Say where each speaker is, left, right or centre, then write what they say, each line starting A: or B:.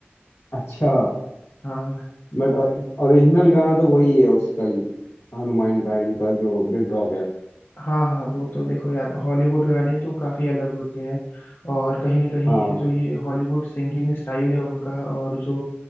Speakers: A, on the left (about 80°); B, on the left (about 65°).
A: अच्छा
B: हाँ
A: बट ओरिजिनल गाना तो वही है उसका ही हनुमान काइंड का जो बिग डॉग है
B: हाँ हाँ वो तो देखो यार हॉलीवुड गाने तो काफी अलग होते हैं और कहीं ना कहीं
A: हाँ
B: जो ये हॉलीवुड सिंगिंग स्टाइल है उनका और जो